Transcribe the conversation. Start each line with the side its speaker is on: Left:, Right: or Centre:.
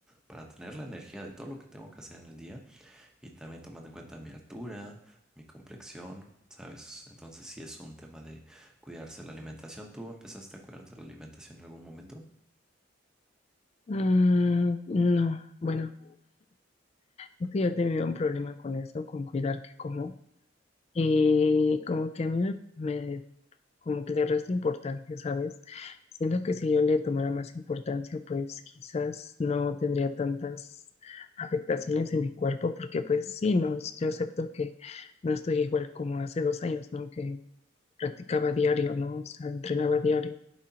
Centre: para tener la energía de todo lo que tengo que hacer en el día y también tomando en cuenta mi altura, mi complexión, ¿sabes? Entonces sí es un tema de cuidarse la alimentación. ¿Tú empezaste a cuidarte la alimentación en algún momento?
Left: Mm, no, bueno, es que yo he tenido un problema con eso, con cuidar que como. Y como que a mí me, me- como que le resta importancia, ¿sabes? Siento que si yo le tomara más importancia, pues quizás no tendría tantas afectaciones en mi cuerpo, porque pues sí, no, yo acepto que no estoy igual como hace dos años, ¿no? Que practicaba diario, ¿no? O sea, entrenaba diario.